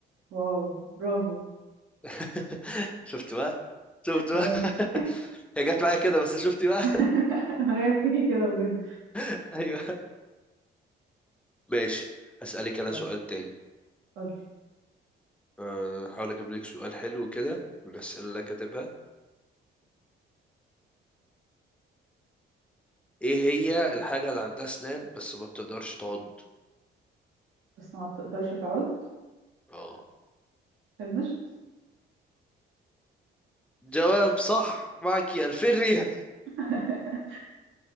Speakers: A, on the right (about 75°); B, in the centre.
A: واو برافو
B: <laughs> شفت بقى شفت بقى
A: ماشي
B: <laughs> هي جت معايا كده بس شفتي بقى
A: <laughs> ما هي بتيجي كده بجد
B: <laughs> ايوه ماشي اسالك انا
A: يلا
B: سؤال تاني
A: قولي
B: أه، هحاول اجيب لك سؤال حلو كده من الاسئله اللي أنا كاتبها ايه هي الحاجه اللي عندها اسنان بس ما بتقدرش تعض
A: بس ما بتقدرش تعود
B: اه
A: المشط
B: جواب صح معك 2000 ريال
A: <laughs>